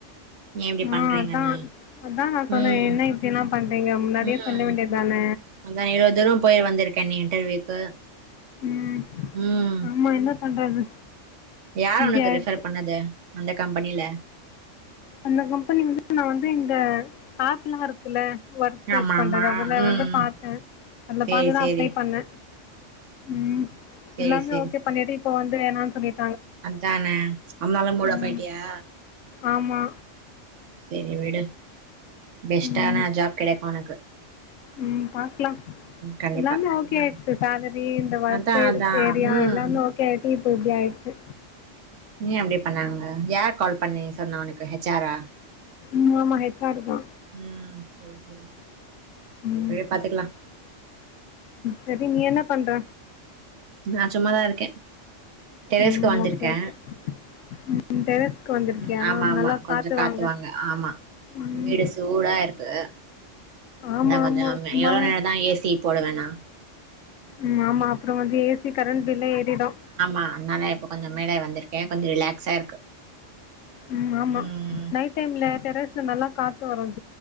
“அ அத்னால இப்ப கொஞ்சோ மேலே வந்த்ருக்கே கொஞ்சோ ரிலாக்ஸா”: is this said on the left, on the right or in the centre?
Right